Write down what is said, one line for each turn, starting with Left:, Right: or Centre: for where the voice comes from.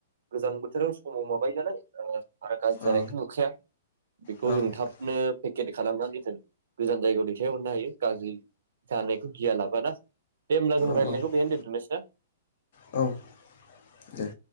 Right: गोजां बोथोराव समाव माबाय नालाय आरो गाज्रि जानायखौ
Left: औ
Right: नुखाया बेखौ
Left: औ
Right: जों थाब। पेकेट खालामनानै जों गोजान जायगायाव दैथायहरनो हायो। गाज्रि जानायखौ गिया लाबाना देमब्ला दों
Left: औ
Right: रायलायनायखौ
Left: औ
Right: बेनो दोनथ'नोसै
Left: औ दे